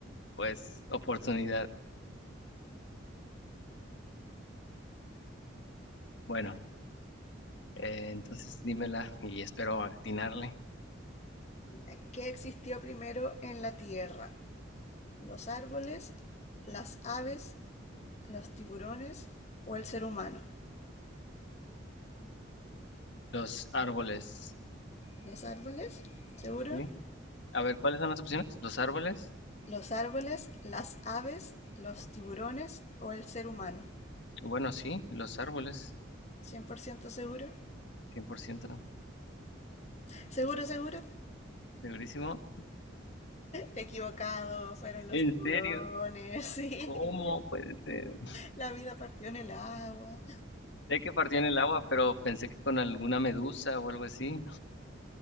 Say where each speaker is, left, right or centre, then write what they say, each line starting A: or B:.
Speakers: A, on the left; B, on the left.
A: pues, oportunidad. Bueno, eh, entonces dímela y espero atinarle.
B: <laughs> ¿Qué existió primero en la Tierra? ¿Los árboles, las aves, los tiburones o el ser humano?
A: Los árboles,
B: ¿Los árboles? ¿Seguro?
A: ¿sí? A ver, ¿cuáles son las opciones? Los árboles.
B: los árboles, las aves, los tiburones o el ser humano.
A: Bueno, sí, los árboles,
B: 100% seguro.
A: 100%,
B: Seguro, seguro.
A: segurísimo.
B: Equivocado, fueron los
A: ¿En
B: tiburones.
A: serio?
B: <laughs> Sí.
A: ¿Cómo puede ser?
B: La vida partió en el agua.
A: Sé que partió en el agua, pero pensé que con alguna medusa o algo así.